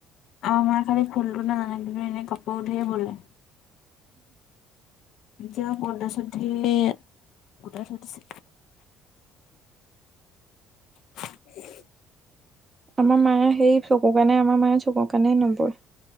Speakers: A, on the left (about 70°); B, on the right (about 25°).
A: আমা মাই খালি ফুলটো নাজানে কিন্তু এনে কাপোৰ ধেই বলে এতিয়া কণ্ডাছত ধে গোটাই থৈ দিছে <unintelligible>
B: আমাৰ মায়ে সেই চকুৰ কাণে আমাৰ মায়ে চকুুৰ কাণে নবয়